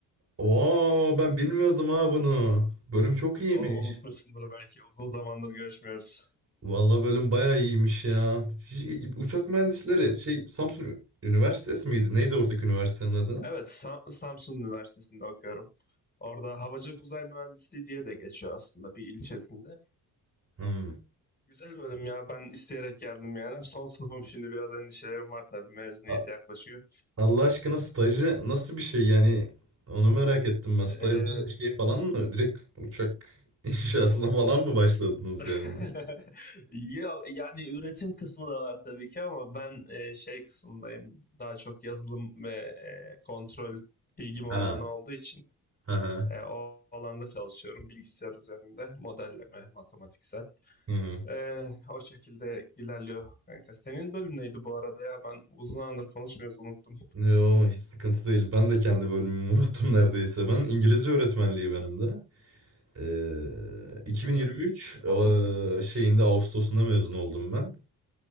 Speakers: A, on the right; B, on the left.
A: Oo ben bilmiyordum ha bunu. Bölüm çok iyiymiş.
B: O, unutmuşsundur belki. Uzun zamandır görüşmüyoruz.
A: Vallahi bölüm bayağı iyiymiş ya. Hiç- Uçak mühendisleri
B: Ha,
A: şey Samsun Üniversitesi miydi? Neydi oradaki üniversitenin adı?
B: Evet, Sa- Samsun Üniversitesi'nde okuyorum. Orada Havacılık Uzay Mühendisliği diye de geçiyor aslında bir ilçesinde.
A: Hmm.
B: Güzel bölüm ya. Ben isteyerek geldim yani. Son sınıfım şimdi biraz endişelerim var tabii. Mezuniyet
A: A-
B: yaklaşıyor.
A: Allah aşkına stajı nasıl bir şey yani? Onu merak ettim ben. Stajda
B: Ee,
A: şey falan mı? Direkt uçak <laughs> inşasına falan mı başladınız
B: <laughs>
A: yani?
B: Ya, yani üretim kısmı da var tabii ki ama ben e, şey kısmındayım. Daha çok yazılım ve e, kontrol ilgim o
A: Ha.
B: alanı olduğu için
A: Aha.
B: e, o alanda çalışıyorum. Bilgisayar üzerinde modelleme, matematiksel.
A: Hı hı.
B: E, o şekilde ilerliyor kanka. Senin bölüm neydi bu arada ya? Ben uzun zamandır konuşmuyoruz unuttum.
A: Yo, hiç sıkıntı değil. Ben de kendi bölümümü <laughs> unuttum neredeyse. Ben İngilizce öğretmenliği benim de. Ee, 2023
B: Ha,
A: eee,
B: ol.
A: şeyinde Ağustos'unda mezun oldum ben.